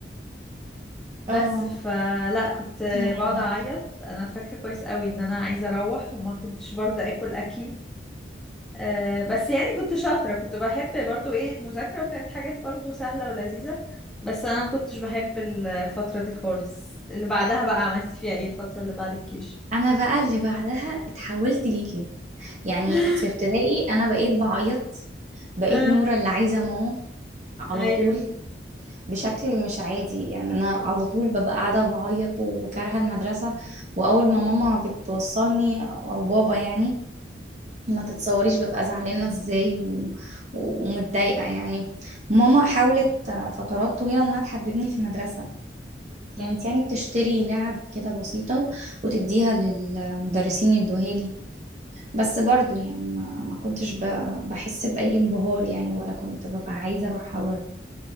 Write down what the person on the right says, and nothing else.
اه
يا عيني
انا بقى اللي بعدها اتحولت ليكي يعني
في ابتدائي انا بقيت بعيط بقيت
نورة اللي عايزة ماما على
طول بشكل مش عادي يعني انا على طول ببقى قاعده بعيط وكارهه المدرسه واول ما ماما بتوصلني او بابا يعني ما تتصوريش ببقى زعلانه ازاي و... و- ومتضايقه يعني ماما حاولت فترات طويله انها تحببني في المدرسه
كانت يعني بتشتري لعب كده بسيطه وتديها للمدرسين يدوها لي بس برضو يعني ما, ما كنتش ب... بحس بأي انبهار يعني ولا كنت ببقى عايزة أروحها برضو